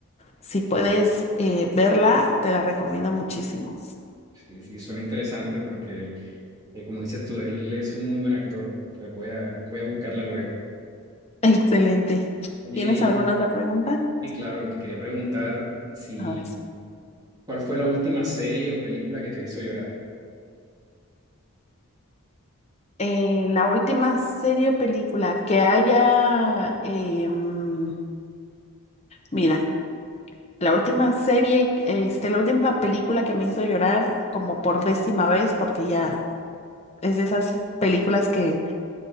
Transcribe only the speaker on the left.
Si puedes eh, verla, te la recomiendo muchísimo.
<laughs> Excelente.
¿Tienes
alguna otra pregunta?
Ahora sí.
Eh, la última serie o película que haya, em, mira, la última serie, este, la última película que me hizo llorar como por décima vez, porque ya es de esas películas que